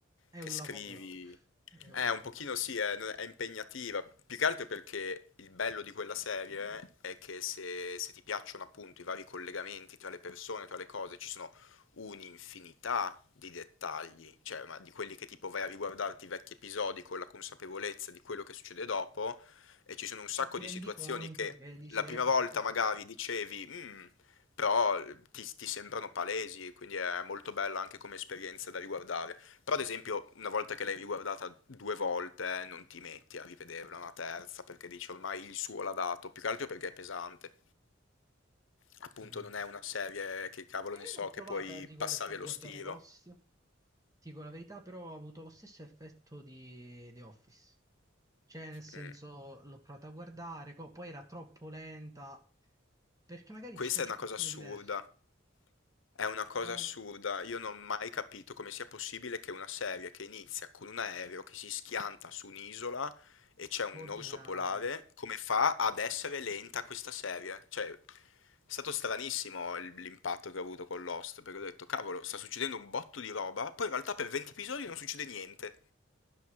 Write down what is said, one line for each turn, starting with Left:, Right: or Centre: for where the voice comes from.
Right: È
Left: che
Right: un
Left: scrivi.
Right: lavoro. È un
Left: Eh,
Right: lavoro.
Left: un pochino sì, è, è impegnativa, più che altro perché il bello di quella serie eh, è che se, se ti piacciono appunto i vari collegamenti tra le persone, tra le cose, ci sono un'infinità di dettagli, cioè ma di quelli che tipo vai a riguardarti i vecchi episodi con la consapevolezza di quello che succede dopo, e ci sono un sacco
Right: E ti
Left: di
Right: rendi
Left: situazioni
Right: conto
Left: che
Right: che dici,
Left: la
Right: eh,
Left: prima
Right: potevo
Left: volta
Right: pensare.
Left: magari dicevi, "Mm", però eh, ti, ti sembrano palesi, quindi è molto bella anche come esperienza da riguardare. Però ad esempio una volta che l'hai riguardata due volte eh, non ti metti a rivederla una terza perché dici ormai il suo l'ha dato, più che altro perché è pesante. Appunto
Right: Ho capito.
Left: non è una serie che cavolo
Right: E io
Left: ne so
Right: ho provato
Left: che puoi
Right: a, riguard-
Left: passare
Right: a guardare
Left: lo stiro.
Right: Lost, ti dico la verità, però ho avuto lo stesso effetto di The Office. Cioè, nel senso,
Left: Mm.
Right: l'ho provata a guardare, co- poi era troppo lenta, perché magari
Left: Questa
Right: ci piace
Left: è una
Right: uno
Left: cosa
Right: stile
Left: assurda.
Right: diverso.
Left: È una cosa
Right: Era una-
Left: assurda, io non ho mai capito come sia possibile che una serie che inizia con un aereo che si schianta su un'isola e c'è un
Right: Può durare.
Left: orso polare, come fa ad essere lenta questa serie? Cioè, è stato stranissimo il- l'impatto che ho avuto con Lost, perché ho detto, cavolo, sta succedendo un botto di roba, poi in realtà per 20 episodi non succede niente.